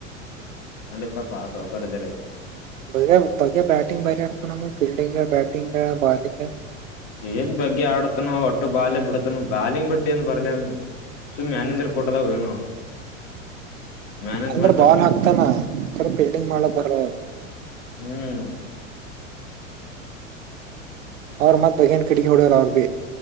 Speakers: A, on the left (about 50°); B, on the right (about 75°).
A: ಖಂಡಿತಪ್ಪಾ ಸೌಕರ್ಯದ ರೀ
B: ಬ ಬಗೆ ಬ್ಯಾಟಿಂಗ್ ಬಾರಿ ಆಡ್ತ ನಮ್ಮ ಫೀಲ್ಡಿಂಗ್ ಬ್ಯಾಟಿಂಗ್ ಬಾಲಿಂಗ್
A: ಏನ್ ಬಗ್ಗೆ ಆಡತನ ಒಟ್ಟು ಬಾಲ್ ಬಿಡತನ ಬಾಲಿಂಗ್ ಬಿಟ್ಟ ಏನ್ ಬರ್ಲವ್ ನೀ ಸು ಮ್ಯಾನೇಜರ್ ಕೊಟ್ಟದಾವ ಏನು ಮ್ಯಾನೇಜ್ಮೆಂಟ್
B: ಅಂದ್ರೆ ಬಾಲ್ ಹಾಕ್ತಾನ ಫೀಲ್ಡಿಂಗ್ ಮಾಡ್ಲ ಬರ್ರ
A: ಹ್ಮ್
B: ಅವ ಮಾ ತಗನ್ ಕಡಿ ಹಡ ರ ಅವ ಬಿ